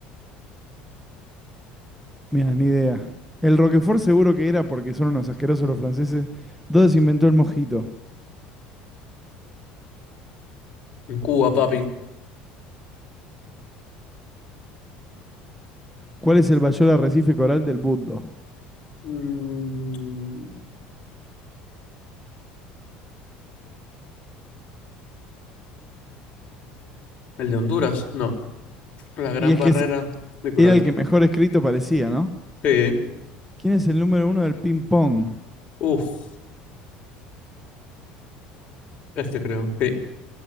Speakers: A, in the centre; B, on the left.
A: Mira, ni idea. El Roquefort seguro que era porque son unos asquerosos los franceses. ¿Dónde se inventó el mojito?
B: En Cuba, papi.
A: ¿Cuál es el mayor arrecife coral del mundo?
B: Mm, ¿el de Honduras? No. La gran
A: Y es
B: barrera
A: que es-
B: de coral.
A: era el que mejor escrito parecía, ¿no?
B: Sí.
A: ¿Quién es el número uno del ping-pong?
B: Uf, este creo. Sí.